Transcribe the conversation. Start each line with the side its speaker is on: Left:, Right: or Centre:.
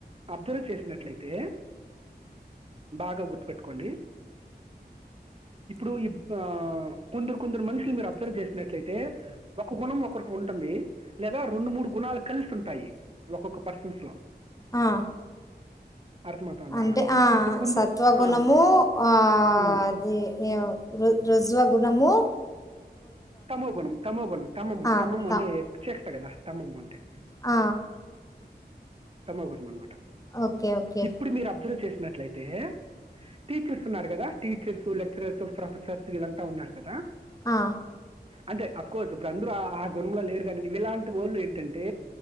Right: అబ్జార్వ్ చేసినట్లయితే బాగా గుర్తుపెట్టుకోండి ఇప ఆ కొందరు కొందరు మనుషులు మీరు అప్ జార్వ్ చేసినట్లయితే ఒక గుణం ఒకరికి ఉంటంది, లేదా రెండు మూడు గుణాల్ కలిసి ఉంటాయి ఒక్కొక్క పర్సన్స్ లో
Left: ఆ
Right: అర్థమవుతుందా
Left: అంటే ఆ
Right: ఇప్పుడు కొందరు
Left: సత్వగుణము
Right: ఆ,
Left: ఆ
Right: ఉమ్,
Left: అది ఏవ్ రుత్ రుత్ జువ గుణము
Right: తమో గుణం తమో గుణం తమ్మమ్మ
Left: ఆ!
Right: తమమ్మ
Left: త
Right: అంటే చేస్తగదా తమ్మమ్మ అంటే
Left: ఆ
Right: తమోగుణం అనమాట
Left: ఓకే. ఓకే.
Right: ఇప్పుడు మీరు అబ్జర్వ్ చేసినట్లయితే టీచర్స్ ఉన్నారు కదా టీచర్స్ లెక్చరర్స్ ప్రొఫెసర్స్ వీళ్ళంతా ఉన్నారు కదా
Left: ఆ
Right: అంటే అఫ్ కోర్స్ గందులో ఆ గుణంలో లేరు కనీ ఇలాంటి వాళ్ళు ఏంటంటే